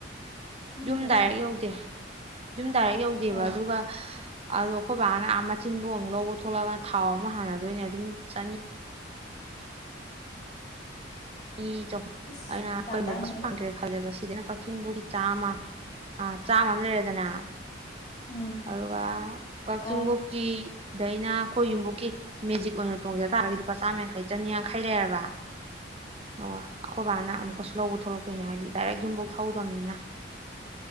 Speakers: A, on the left; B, on the right.
A: ꯏꯃꯥꯏ
B: ꯌꯨꯝꯗꯥꯏꯔꯦꯛ
A: ꯄꯦꯝꯃ
B: ꯌꯧꯗꯦ ꯌꯨꯝ ꯗꯥꯏꯔꯦꯛ ꯌꯧꯗꯦꯕ
A: ꯑꯣ
B: ꯑꯗꯨꯒ ꯑꯗꯣ ꯑꯩꯈꯣꯏ ꯕꯥꯅ ꯑꯥ ꯃꯆꯤꯟꯕꯧ ꯑꯃꯨꯛ ꯂꯧꯕ ꯊꯣꯛꯂꯛꯑꯒ ꯊꯥꯎ ꯑꯃꯨꯛ ꯍꯥꯟꯅꯗꯣꯏꯅꯦ ꯑꯗꯨꯝ ꯆꯅꯤ ꯆꯅꯤ ꯆꯍꯨ
A: ꯑꯁ
B: ꯑꯩꯅ
A: ꯌꯥꯝ
B: ꯀꯔꯤꯒꯨꯝꯕ
A: ꯇꯥꯡꯉꯤꯅꯦ
B: ꯕꯁ ꯐꯪꯗ꯭ꯔꯦꯅ ꯈꯂꯁꯦꯕ ꯁꯤꯗꯅ ꯀꯛꯆꯤꯡ ꯕꯧꯒꯤ ꯆꯥꯝꯃ ꯑ ꯆꯥꯃ ꯑꯃ ꯂꯩꯔꯦꯗꯅ
A: ꯎꯝ
B: ꯑꯗꯨꯒ ꯀꯛꯆꯤꯡꯕꯣꯛꯀꯤ
A: ꯑꯥ
B: ꯗꯩꯅ ꯑꯩꯈꯣꯏ ꯌꯨꯝꯕꯨ ꯀꯤ ꯃꯦꯖꯤꯛ ꯑꯣꯏꯅ ꯇꯣꯡꯖ ꯇꯔꯥꯒꯗꯤ ꯂꯨꯄꯥ ꯆꯥꯝꯌꯥꯡꯈꯩ ꯆꯅꯤ ꯌꯥꯡꯈꯩ ꯂꯩꯔꯕ ꯑꯣ ꯑꯩꯈꯣꯏ ꯕꯥꯅ ꯑꯃꯨꯛꯀꯁꯨ ꯂꯧꯕ ꯊꯣꯛꯂꯛꯇꯣꯏꯅꯦ ꯍꯥꯏꯗꯤ ꯗꯥꯏꯔꯦꯛ ꯌꯨꯝꯐꯧ ꯊꯧꯍꯗꯝꯅꯤꯅ